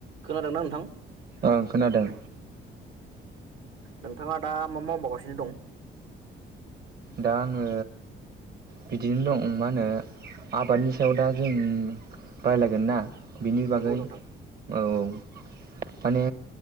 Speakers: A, on the right; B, on the right.
A: खोनादोंना नोंथां
B: ओं खोनादों।
A: नोंथाङा दा मा मावबावगासिनो दं?
B: दा आङो बिदिनो दं ओम मा होनो आबादनि सायाव दा जों रायलायगोन ना। बिनि बागै
A: नंगौ नोंथां
B: औ औ माने